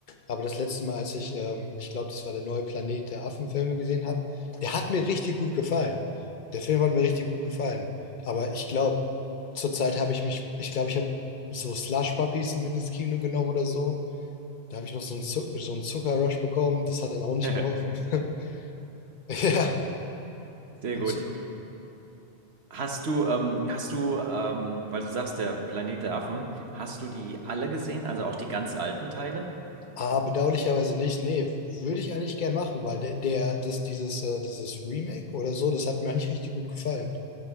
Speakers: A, on the left; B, on the right.
A: aber das letzte Mal, als ich, ähm, ich glaube, das war der neue Planet der Affenfilme gesehen habe, der hat mir richtig gut gefallen. Der Film hat mir richtig gut gefallen. Aber ich glaube, zurzeit habe ich mich, ich glaube, ich habe so Slush-Puppies mit ins Kino genommen oder so. Da habe ich noch so einen, Zu so einen Zuckerrush bekommen. Das hat dann auch nicht
B: <laughs>
A: geholfen. <laughs> Ja.
B: Sehr
A: Und
B: gut.
A: so
B: Hast du, ähm, hast du, ähm, weil du sagst, der Planet der Affen, hast du die alle gesehen, also auch die ganz alten Teile?
A: Ah, bedauerlicherweise nicht. Nee, würde ich eigentlich gern machen, weil der, der, das, dieses, äh, dieses Remake oder so, das hat mir eigentlich richtig gut gefallen.